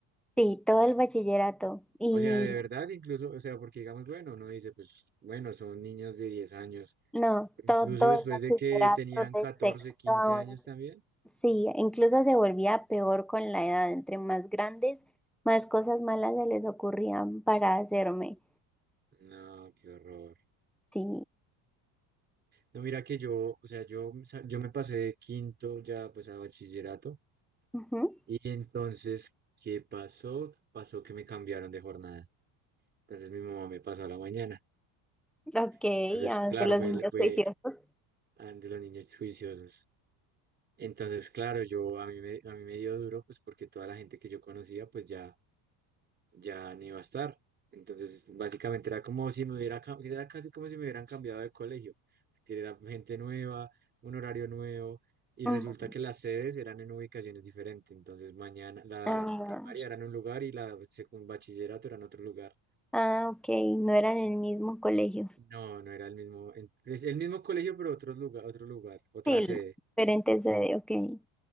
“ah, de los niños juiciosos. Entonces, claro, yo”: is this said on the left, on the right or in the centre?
Right